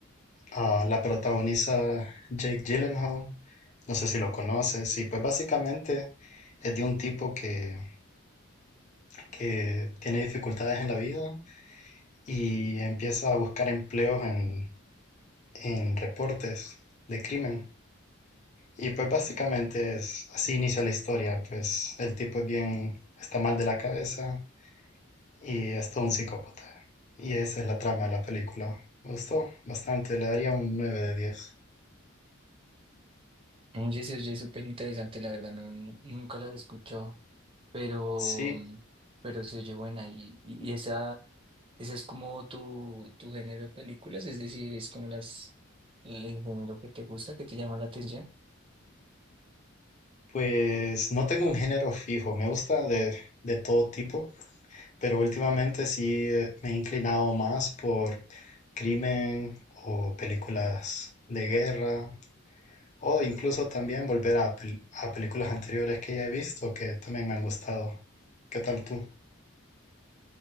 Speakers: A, on the left; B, on the right.
A: Ah, la protagoniza Jake Gyllenhaal, no sé si lo conoces, y pues básicamente es de un tipo que, que tiene dificultades en la vida y empieza a buscar empleos en, en reportes de crimen. Y pues básicamente es así inicia la historia, pues el tipo es bien, está mal de la cabeza y es todo un psicópata. Y esa es la trama de la película. Me gustó bastante, le daría un nueve de diez
B: Oye, se oye súper interesante, la verdad, no, nu- nunca la he escuchado, pero,
A: Sí,
B: mm, pero se oye buena y, y y esa, esa es como tu, tu género de películas, es decir, es como las, el género que te gusta, que te llama la atención.
A: pues no tengo un género fijo, me gusta de, de todo tipo, pero últimamente sí eh, me he inclinado más por crimen o películas de guerra O incluso también volver a, pel- a películas anteriores que ya he visto que también me han gustado. ¿Qué tal tú?